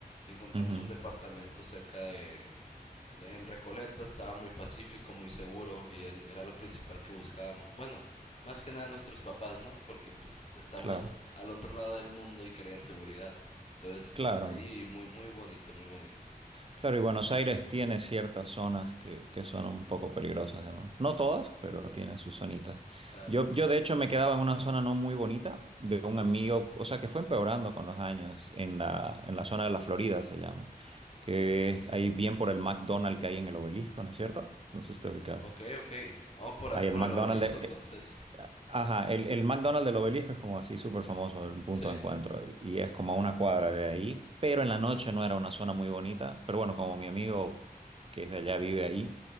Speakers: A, on the left; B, on the right.
A: y encontramos
B: Ujú,
A: un departamento cerca de, En Recoleta estaba muy pacífico, muy seguro y él- era lo principal que buscábamos. Bueno, más que nada nuestros papás, ¿no? Porque pues estamos
B: Claro,
A: al otro lado del mundo y querían seguridad. Entonces,
B: claro.
A: ahí muy, muy bonito, muy bonito.
B: Claro, y Buenos Aires tiene ciertas zonas que, que son un poco peligrosas, digamos. No todas, pero tiene sus zonitas.
A: Claro.
B: Yo, yo de hecho me quedaba en una zona no muy bonita de un amigo, o sea, que fue empeorando con los años, en la, en la zona de la Florida se llama, que es ahí bien por el McDonald's que hay en el obelisco, ¿no es cierto? No sé si te ubicas.
A: Ok, ok. Vamos por, a-
B: Ahí
A: por
B: el McDonald's
A: el obelisco
B: de...
A: entonces.
B: eh, Ajá, el, el McDonald's del Obelisco es como así súper famoso, un punto
A: Sí,
B: de encuentro, y y es como a una cuadra de ahí, pero en la noche no era una zona muy bonita, pero bueno, como mi amigo que es de allá vive ahí,